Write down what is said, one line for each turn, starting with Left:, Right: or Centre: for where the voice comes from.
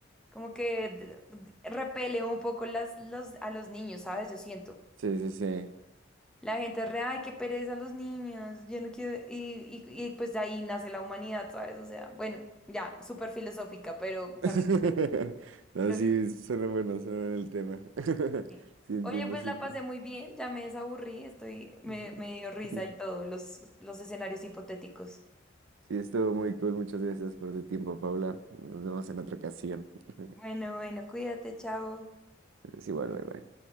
Centre: como que d- d- repele un poco las, los, a los niños, ¿sabes? Yo siento.
Right: Sí, sí, sí.
Centre: La gente es re, ay, qué pereza los niños, yo no quiero, y, y, y pues de ahí nace la humanidad, ¿sabes? O sea, bueno, ya, súper filosófica, pero también
Right: <laughs> No,
Centre: creo
Right: sí,
Centre: que...
Right: suena bueno, suena bueno el tema. <laughs>
Centre: sí.
Right: Sí, entiendo,
Centre: Oye, pues
Right: sí.
Centre: la
Right: entiendo.
Centre: pasé muy bien, ya me desaburrí, estoy, me,
Right: Ujú.
Centre: me dio risa
Right: <laughs>
Centre: y todo, los, los escenarios hipotéticos.
Right: Sí, estuvo muy cool. Muchas gracias por tu tiempo, Paula. Nos vemos en otra ocasión. <laughs>
Centre: Bueno, bueno, cuídate, chao.
Right: Es igual, bye bye.